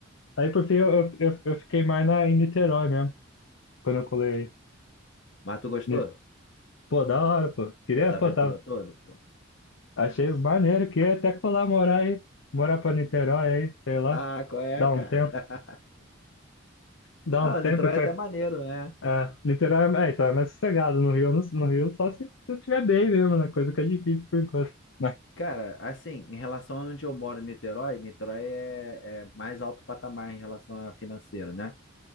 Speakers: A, on the left (about 80°); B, on the left (about 60°).
A: aí, por fim, eu, eu, eu fiquei mais na, em Niterói mesmo, quando eu colei. aí.
B: Mas tu gostou
A: Ni- Pô, da hora, pô. Queria,
B: dessa aventura
A: pô, tava,
B: toda, pô?
A: achei maneiro, queria até colar morar aí, morar pra Niterói aí, sei lá,
B: Ah, qual é,
A: dá
B: cara?
A: um tempo,
B: <laughs>
A: dá
B: Não,
A: um tempo
B: Niterói
A: que...
B: é até maneiro, né?
A: É, Niterói, é, então, é mais sossegado no Rio, no, no Rio só se, se eu tiver bem mesmo, né, coisa que é difícil por enquanto. Mas,
B: Cara, assim, em relação a onde eu moro, em Niterói, Niterói é, é mais alto patamar em relação a financeiro, né?